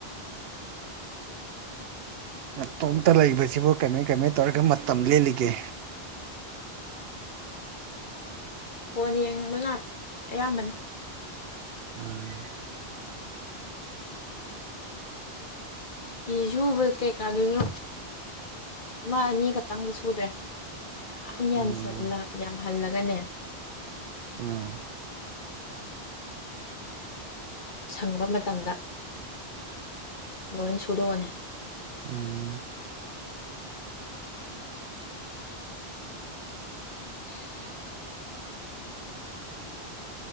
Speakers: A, on the right; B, on the left.
A: ꯃꯠꯇꯣꯝꯇ ꯂꯩꯕꯁꯤꯕꯨ ꯀꯃꯥꯏ -ꯀꯃꯥꯏ ꯇꯧꯔꯒ ꯃꯇꯝ ꯂꯦꯜꯂꯤꯒꯦ
B: ꯐꯣꯟ ꯌꯦꯡꯕ ꯉꯥꯛ ꯑꯌꯥꯝꯕꯅꯦ
A: ꯎꯝ
B: ꯐꯤ ꯁꯨꯕ ꯀꯩꯀꯥꯗꯨꯁꯨ ꯑꯃ ꯑꯅꯤ ꯈꯛꯇꯪꯗ ꯁꯨꯗ꯭ꯔꯦ ꯃꯌꯥꯝ ꯌꯥꯝ
A: ꯎꯝ
B: ꯆꯠꯂ ꯌꯥꯝꯍꯜꯂꯒꯅꯦ
A: ꯎꯝ
B: ꯁꯪꯕ ꯃꯇꯝꯗ ꯂꯣꯏ ꯁꯨꯗꯣꯛꯑꯅꯤ
A: ꯎꯝ
B: ꯎ <unintelligible>